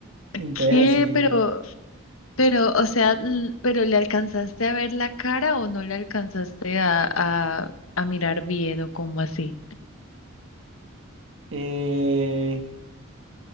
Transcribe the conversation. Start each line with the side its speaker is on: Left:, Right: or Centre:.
Right: Entonces
Left: ¿Qué?
Right: así...
Left: Pero Pero, o sea, l- ¿pero le alcanzaste a ver la cara o no le alcanzaste a, a, a mirar bien o como así?
Right: eh,